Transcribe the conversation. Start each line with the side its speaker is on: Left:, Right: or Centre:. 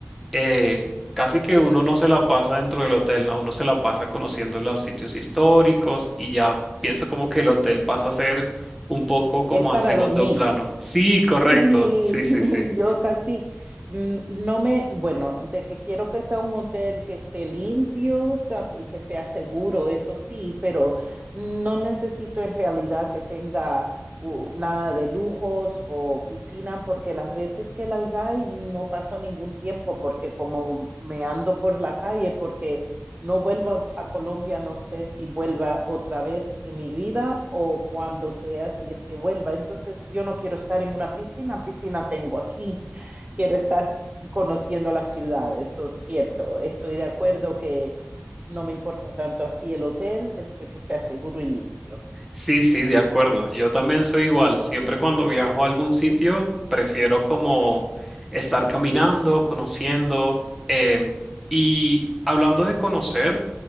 Centre: eh, casi que uno no se la pasa dentro del hotel, ¿no? Uno se la pasa conociendo los sitios históricos y ya pienso como que el hotel pasa a ser un poco como
Right: Es para
Centre: a segundo
Right: dormir.
Centre: plano. Sí, correcto.
Right: Sí,
Centre: Sí, sí,
Right: <laughs>
Centre: sí.
Right: yo casi mm, no me, bueno, de que quiero que sea un hotel que esté limpio, o sea, que sea seguro, eso sí, pero no necesito en realidad que tenga uh, nada de lujos o piscina, porque las veces que las hay no paso ningún tiempo, porque como me ando por la calle, porque no vuelva a Colombia, no sé si vuelva otra vez en mi vida o cuando sea, si es que vuelva. Entonces, yo no quiero estar en una piscina, piscina tengo aquí, quiero estar conociendo la ciudad, eso es cierto. Estoy de acuerdo que no me importa tanto así el hotel después que sea seguro y limpio.
Centre: Sí, sí, de acuerdo. Yo también soy igual. Siempre cuando viajo a algún sitio, prefiero como estar caminando, conociendo. em, y hablando de conocer,